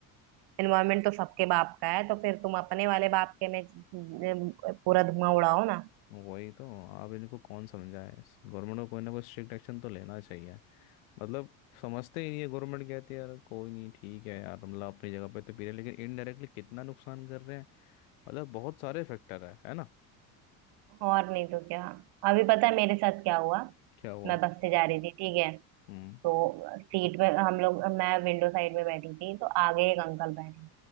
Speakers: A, on the right; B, on the left.
A: एनवायरमेंट तो सबके बाप का है तो फिर तुम अपने वाले बाप के में अ, पूरा धुआं उड़ाओ ना
B: वही तो अब इनको कौन समझाए गवर्नमेंट को कोई ना कोई स्ट्रिक्ट एक्शन तो लेना चाहिए मतलब समझते ही नहीं है गवर्नमेंट कहती है यार कोई नहीं ठीक है यार मतलब अपनी जगह पे तो पी रहे हैं", लेकिन इनडायरेक्टली कितना नुकसान कर रहे हैं मतलब बहुत सारे फैक्टर है है ना
A: और नहीं तो क्या अभी पता है मेरे साथ क्या हुआ
B: क्या हुआ
A: मैं बस से जा रही थी ठीक है
B: हम्म
A: तो सीट में हम लोग मैं विंडो साइड में बैठी थी तो आगे एक अंकल बैठे थे